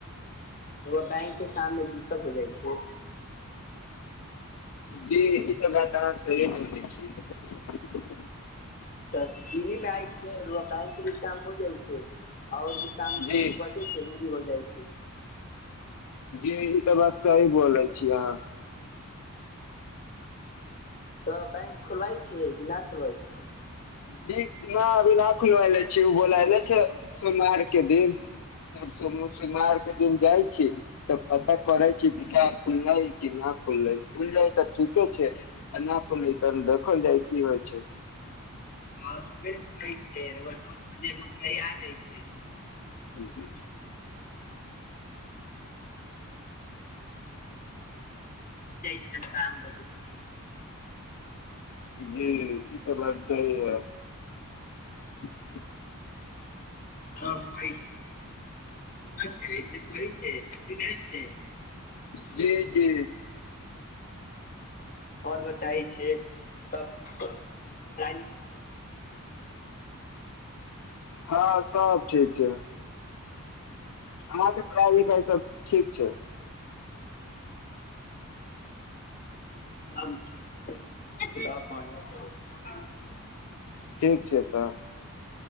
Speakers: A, on the left; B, on the left.
A: बैंक के काम मे दिक्कत हो जाय छै
B: जी ई त बात अहाँ सही बोलले छियै
A: तऽ दीही मे आइ छै बैंक भी काम हो जाइ छै आओर भी काम
B: जी
A: जे बचे छै ओ भी हो जाइ छै
B: जी ई तऽ बात सही बोलै छी अहाँ
A: तऽ बैंक खोलवाय छियै कि नाय खोलवाय छियै
B: जी न अभी ना खुलवले छी उ बोलेयले छै सोमवार के दिन परसो सोमवार के दिन जाय छियै तऽ पता करै छी खुले कि ना खुलले खुल जा तऽ ठीके छै आ ना खुलले त देखल जाय की होइ छै
A: आरे कहै छै र‌उवा दस बजे में <unintelligible> भ जाय छै
B: जी
A: ते काम बचैय
B: जी ई तऽ बात सही है <unintelligible>
A: ह छै छै कहइ छै छुी करै छै
B: जी जी
A: आओर बताय छै तब लाली
B: हँ सब ठीक छै अहाँके पढ़ाई लिखाई सब ठीक छै
A: अब कि सब बढ़िया छै
B: ठीक छै तऽ